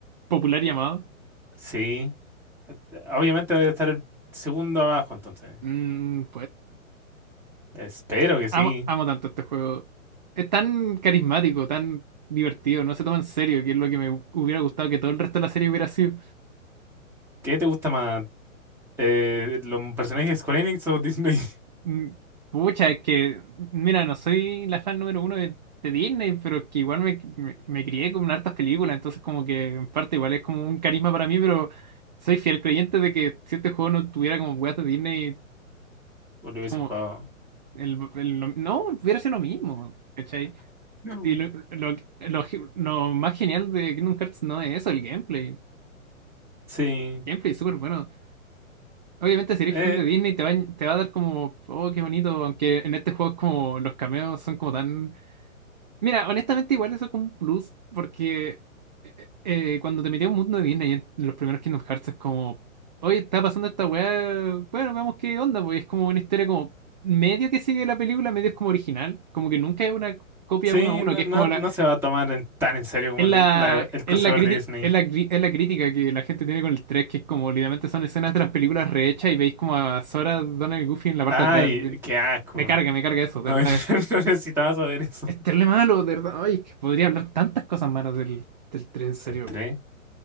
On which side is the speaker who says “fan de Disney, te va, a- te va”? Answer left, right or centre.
Right